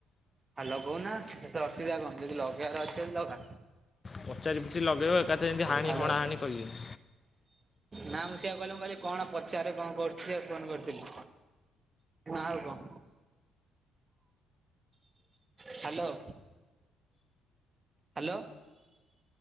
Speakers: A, on the right; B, on the left.
A: ହ୍ୟାଲୋ କହୁନା ସେଥିରେ ଅସୁବିଧା କଣ ଯଦି ଲଗେଇବାର ଅଛି ଲଗା।
B: ପଚାରି ପୁଚି ଲଗେଇବ ଏକାଥରେ ଯେମିତି ହାଣି
A: ହାଲୋ।
B: ହଣା ହାଣି କରିବେନି
A: ନା ମୁଁ ସିଆକୁ କହିଲି ମୁଁ କହିଲି କଣ ପଚାରରେ କଣ କରୁଚି ଆଉ ଫୋନ୍ କରିଥିଲି। ଆଉ କଣ? ହ୍ୟାଲୋ। Hello